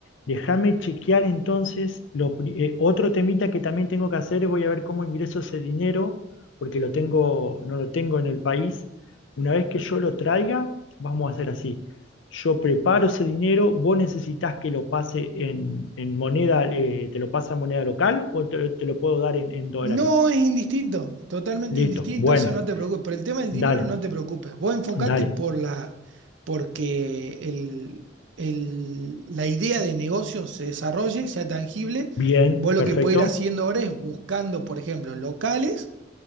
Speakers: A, on the left (about 70°); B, on the right (about 70°).
A: Déjame chequear entonces lo pri- eh, otro temita que también tengo que hacer. Voy a ver cómo ingreso ese dinero, porque lo tengo, no lo tengo en el país. Una vez que yo lo traiga, vamos a hacer así. Yo preparo ese dinero, vos necesitas que lo pase en, en moneda, eh, te lo pasa en moneda local o te, te lo puedo dar en en dólares.
B: No es indistinto, totalmente
A: Listo,
B: indistinto,
A: bueno,
B: eso no te preocupes. Por el tema del
A: dale,
B: dinero no te preocupes. Vos enfocate
A: dale.
B: por la, porque el, el- la idea de negocio se desarrolle, sea tangible.
A: Bien,
B: Vos
A: perfecto.
B: lo que podés ir haciendo ahora es buscando, por ejemplo, locales